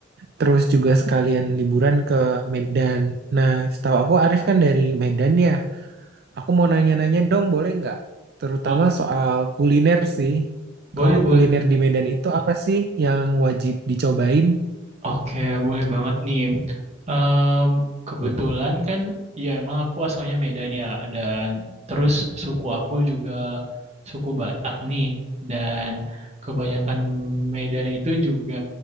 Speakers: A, on the right; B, on the right.
A: terus juga sekalian liburan ke Medan. Nah, setahu aku Arif kan dari Medan ya. Aku mau nanya-nanya dong, boleh nggak? Terutama
B: Bo-
A: soal kuliner sih.
B: boleh,
A: Kalau
B: boleh.
A: kuliner di Medan itu apa sih yang wajib dicobain?
B: Oke, boleh banget nih. Em, kebetulan kan, ya emang aku asalnya Medan ya, dan terus suku aku juga suku Batak nih, dan kebanyakan Medan itu juga